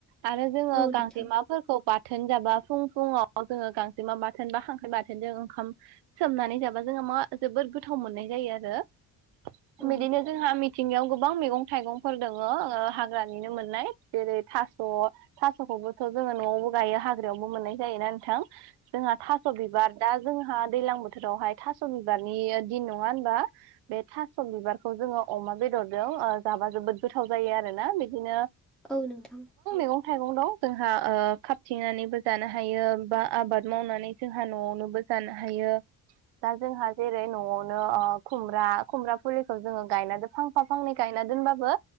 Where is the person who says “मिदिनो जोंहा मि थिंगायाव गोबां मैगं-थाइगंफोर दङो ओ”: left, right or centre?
Right